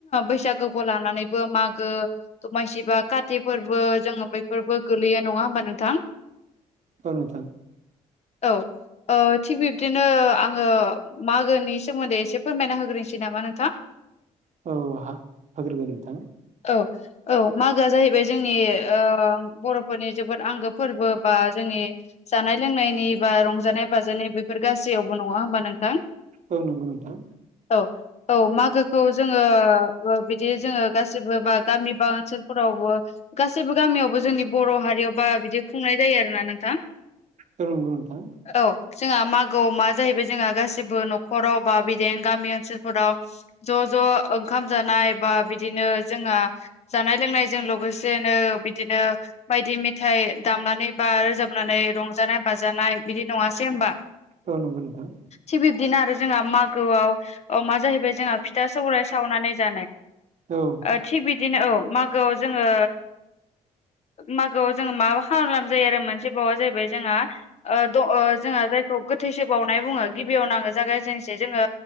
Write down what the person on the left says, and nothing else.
बैसागोखौ लानानैबो मागो दमासिबा कति फोरबो जोंङो बैफोरबो गोलैयो नङा होमबा नोंथां।
औ औ। थिग बिब्दिनो आङो मागोनि सोमोन्दै एसे फोरमायना होग्रोनसै नामा नोंथां।
औ। औ मागोआ जाहैबाय जोंनि ओ बर'फोरनि जोबोद आंगो फोरबो बा जोंनि जानाय लोंनायनि बा रंजानाय बाजानाय बेफोर गासैयावबो नङा होमबा नोंथां
औ औ मागोखौ जोंङो ओ बिदि जोंङो गासिबो बा गामि बा ओनसोलफोरावबो गासै गासिबो गामियावबो जोंनि बर' हारियाव बा बिदि खुंनाय जायो आरोना नोंथां।
औ जोंहा मागोआव मा जाहैबाय जोंहा गासिबो न'खराव बा बिदि गामि ओनसोलफोराव ज' ज' ओंखाम जानाय बा बिदिनो जोंहा जानाय लोंनायजों लोगोसेनो बिदिनो बायदि मेथाइ दामनानै बा रोजाबनानै रंजानाय बाजानाय बिदि नङासै होमबा।
थिग बिब्दिनो आरो जोंहा मागोआव अ मा जाहैबाय जोंहा फिथा सौराय सावनानै जानाय।
ओ थिग बिबदिनो औ मागोआव जोंङो मागोआव जोङो माबा खालाम जायो आरो मोनसे बावआ जाहैबाय जोंहा ओ द जोंहा जायखौ गोथैसो बावनाय बुङो गिबियावनो आङो जागायजेननोसै जोङो